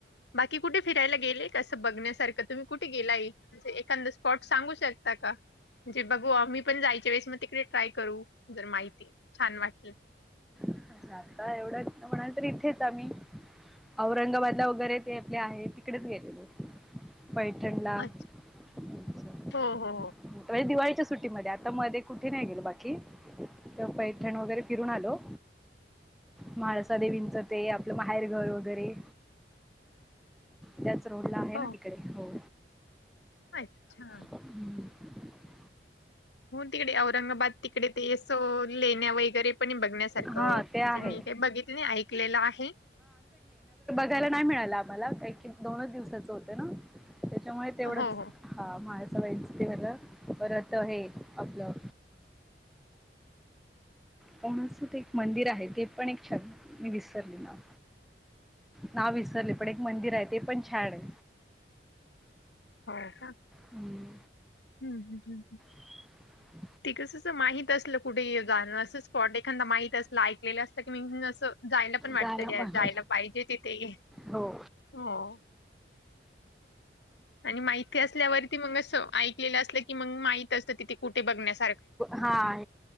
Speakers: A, on the left; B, in the centre.
A: बाकी कुठे फिरायला गेले, कसं बघण्यासारखं तुम्ही कुठे गेलाये? म्हणजे एखांद स्पॉट सांगू शकता का? म्हणजे बघू आम्ही पण जायच्या वेळेस मग तिकडे ट्राय करू. जर माहिती छान वाटलं.
B: अच्छा, आता एवढ्यात म्हणाल तर इथेच आम्ही औरंगाबादला वगैरे ते आपले आहे तिकडेच गेलेलो. पैठणला असं.
A: अच्छा हो हो
B: होय दिवाळीच्या सुट्टीमध्ये. आता मध्ये कुठे नाही गेलो बाकी. तर पैठण वगैरे फिरून आलो. म्हळसा देेवींचं ते आपलं माहेरघर वगैरे त्याच रोडला आहे
A: हो
B: ना तिकडे हो.
A: अच्छा.
B: हम्म.
A: हो तिकडे औरंगाबाद तिकडे ते असं लेण्या वगैरे पण बघ बघण्यासारखं
B: हां
A: म्हणजे
B: ते आहे
A: मी काय बघितलेलं ऐकलेलं आहे.
B: त्याला नाही मिळालं आम्हाला, कायकी दोनच दिवसाच होतय ना, त्याच्यामुळे तेवढच.
A: हो हो हो
B: हा म्हाळसाबाईंच ते झालं, ‌परत हे आपलं कोणाच तरी एक मंदिर आहे, ते पण एक छान मी विसरली नाव. नाव विसरले पण एक मंदिर आहे, ते पण छान आहे.
A: हो का
B: हम्म.
A: हम्म हम्म हम्म हम्म.
B: <inaudible>
A: ते कसं असं माहित असलं कुठे ये जाणं असं स्पॉट एखादा माहित असलं, ऐकलेलं असलं का नाई म असं जायला पण वाटतं
B: झाला
A: घ्या
B: माझा
A: जायला पाहिजे तिथेही.
B: हो
A: हो. आणि माहिती असल्यावरती, मग अस ऐकलेलं असलं की, मग माहित असतं तिथे कुठे बघण्यास
B: हां..